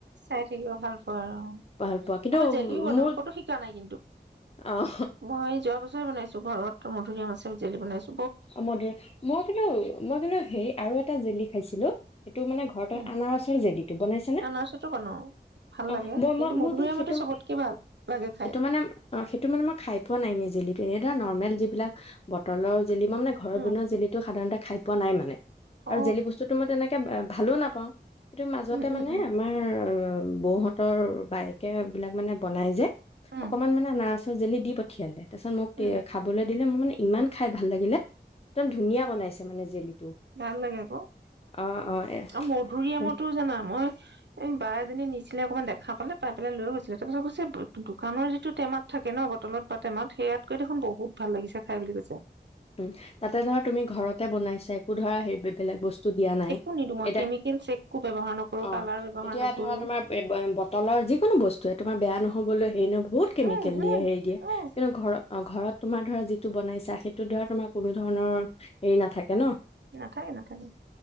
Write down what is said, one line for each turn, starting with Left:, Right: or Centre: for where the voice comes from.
Right: চাই থাকিব ভাল পোৱা আৰু
Left: ভাল পোৱা কিন্তু
Right: মই
Left: উম,
Right: জেলিও বনাওঁ
Left: মোৰ
Right: ক'তো শিকা নাই কিন্তু
Left: অ',
Right: মই যোৱা বছৰে বনাইছো ঘৰত ত মধুৰিআম মছে জেল বাইছো
Left: অ মুৰ মই কিন্তু মই কিন্তু হেৰি আৰু এটা জেলি খাইছিলো সেইটো মানে ঘৰ
Right: উম
Left: আনাৰসৰ জেলটো বনাই
Right: আনাৰচতো বনাও ভাল
Left: অ
Right: লাগে
Left: ম
Right: কিন্তু মধুৰিআমতো
Left: মটো
Right: চবতকে ভাল লাগে খাই
Left: মানে সেইটো ম ম ন জ ন যিবিলাক বটলৰ জেলি মাৰানে ঘৰত
Right: উম
Left: বুনা জেলিটো সাধাৰণতে খাই পোৱা নাই মানে
Right: অ
Left: আৰু জেলি বস্তুতটো মই তেনেকে ভালো নাপাওঁ সটো মাজতে
Right: উম উম
Left: মানে
Right: উম
Left: আমাৰ বৌহঁতৰ বায়কেবিলাক মানে বনাই যে
Right: উম
Left: অকমান মানে নাচ চজেলি দি পঠিয়ালে তাৰপিছত মোক
Right: উম
Left: খাবলৈ দিলে মই মানে ইমান খাই ভাল লাগিলে একদম ধুনীয়া বনাইছে মানে জেলিটো
Right: ভাল লাগে আকৌ আৰু
Left: অ অ এ
Right: মধুৰিআমতো
Left: সেই-
Right: জানা মই এই বা এজনী নিচে অকণমান দেখা পালে পাত পেলাই লৈ গৈছিলে তাৰপিছত কৈছে দোকানৰ যিটো টেমাত থাকে ন বটলত বা টেমাত সেয়াত কৈ দেখোন বহুত ভাল লাগিছে খাই বুলি কৈছে
Left: উম, তাতে ধৰা তুমি ঘৰতে বনাইছা একো ধৰা হে বেলেগ বস্তু দিয়া নাই
Right: একো নিদো মই
Left: এটা
Right: কেমিকেল একো ব্যৱহাৰ নকৰো
Left: অ
Right: কালাৰ ব্যৱহাৰ
Left: এতিয়া
Right: নকৰো
Left: ধৰক আমাৰ যিকোনো বস্ত তোমাৰ বেয়া নহবলেদিয়া নাই এতিয়া অ <unintelligible> ৰেনো বহুত কেমিকেল
Right: উম উম
Left: দিয়ে হেৰি দিয়ে
Right: উম
Left: কিন্তু ঘৰত ঘৰত তোমাৰ ধৰা যিটো বনাইছে সেইটোৰ ধৰা তোমাৰ কোনো ধৰণৰ হেৰি নাথাকে ন
Right: না থাকে না থাকে